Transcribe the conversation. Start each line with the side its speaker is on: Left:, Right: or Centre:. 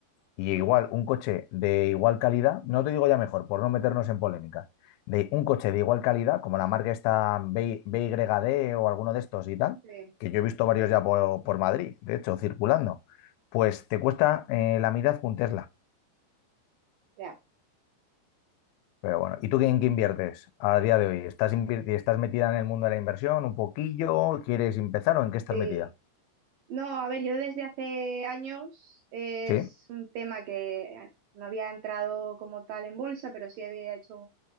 Left: Y
Right: Sí,
Left: igual, un coche de igual calidad, no te digo ya mejor, por no meternos en polémicas, de un coche de igual calidad, como la marca esta B- BYD o alguno de estos y tal,
Right: sí,
Left: que yo he visto varios ya por, por Madrid, de hecho, circulando, pues te cuesta eh, la mitad que un Tesla.
Right: ya,
Left: Pero bueno, ¿y tú en qué inviertes a día de hoy? ¿Estás, invir- estás metida en el mundo de la inversión un poquillo? ¿Quieres empezar o en qué estás
Right: sí.
Left: metida?
Right: No, a ver, yo desde hace años es
Left: ¿Sí?
Right: un tema que eh, no había entrado como tal en bolsa, pero sí había hecho